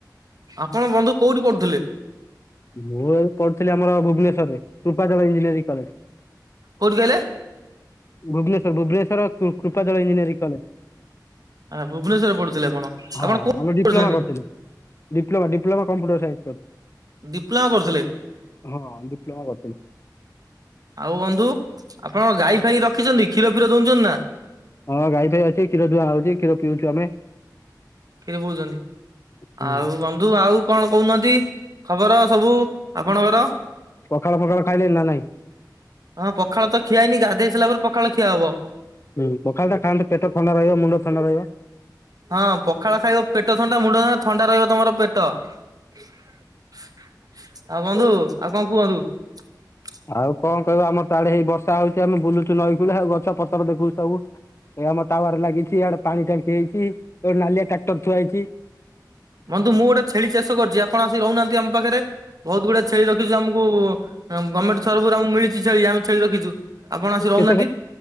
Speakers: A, on the right; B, on the left.
A: ଆପଣ ବନ୍ଧୁ କୋଉଠି ପଢୁଥିଲେ?
B: ମୁଁ ଏ ପଢଥିଲି ଆମର ଭୁବନେଶ୍ୱରରେ, କୃପାଦଳ ଇଞ୍ଜିନିୟରିଂ କଲେଜ।
A: କୋଉଠି ଦେଲେ?
B: Bhubaneswar, Bhubaneswar Kripajal engineering college.
A: ଭୁବନେଶ୍ୱରରେ ପଢୁଥିଲେ ଆପଣ
B: ହଁ,
A: ଆପଣ କୋଉ
B: ଆମ ଡିପ୍ଲୋମା
A: କରୁଛନ୍ତି
B: କରିଥିଲି। ଡିପ୍ଲୋମା, ଡିପ୍ଲୋମା କମ୍ପୁଟର ସାଇନ୍ସ କ
A: ଡିପ୍ଲୋମା କରୁଥିଲେ?
B: ହଁ, ଡିପ୍ଲୋମା କରୁଥିଲି।
A: ଆଉ ବନ୍ଧୁ, ଆପଣ ଗାଈ ଫାଇ ରଖିଚନ୍ତି, କ୍ଷୀର ଫିର ଦୁହୁଚନ୍ତି ନା?
B: ହଁ ଗାଇ ଫାଇ ଅଛି, କ୍ଷୀର ଦୁହାଁହଉଚି, କ୍ଷୀର ପିଉଚୁ ଆମେ।
A: କ୍ଷୀର ପିଉଚନ୍ତି,
B: ହୁଁ
A: ଆଉ ବନ୍ଧୁ ଆଉ କଣ କହୁନାହାନ୍ତି, ଖବର ସବୁ ସବୁ ଆପଣଙ୍କର?
B: ପକାଳ ଫଖାଳ ଖାଇଲେଣିନା, ନା ନାଇଁ?
A: ହଁ, ପଖାଳ ତ ଖିଆହେଇନି, ଗାଧଇସାରିଲା ପରେ ପଖାଳ ଖିଆ ହବ।
B: ହୁଁ, ପଖାଳଟା ଖାଆନ୍ତୁ, ପେଟ ଥଣ୍ଡା ରହିବ, ମୁଣ୍ଡ ଥଣ୍ଡା ରହିବ।
A: ହଁ ପଖାଳ ଖାଇବ, ପେଟ ଥଣ୍ଡା, ମୁଣ୍ଡ ଥଣ୍ଡା, ଥଣ୍ଡା ରହିବ ତମର ପେଟ। <unintelligible>
B: <unintelligible>
A: ବନ୍ଧୁ ଆଉ କଣ <unintelligible>
B: ଆଉ କଣ କହିବ, ଆମର ତ ଆଡେ ହେଇ ବର୍ଷା ହଉଚି, ଆମେ ବୁଲୁଚୁ ନଈକୂଳେ ଆଉ, ଗଛ ପତ୍ର ଦେଖୁଚୁ ସବୁ। ଏ ଆମ ଟାୱାର ଲାଗିଚି, ଆଡେ ପାଣି ଟାଙ୍କି ହେଇଚି, ଏଇେ ନାଲିଆ ଟ୍ରାକ୍ଟର ଥୁଆ ହେଇଚି।
A: ବନ୍ଧୁ, ମୁଁ ଗୋଟେ ଛେଳି ଚାଷ କରିଚି, ଆପଣ ଆସି ରହୁନାହାନ୍ତି ଆମ ପାଖରେ। ବହୁତ ଗୁଡା ଛେଳି ରଖିଛୁ ଆମୁକୁ, ଗମେଣ୍ଟ ତରଫରୁ ଆମକୁ ମିଳିଚି ଛେଳି, ଆମେ ଛେଳି ରଖିଛୁ। ଆପଣ ଆସି ରହୁନାହାନ୍ତି?
B: କେତେ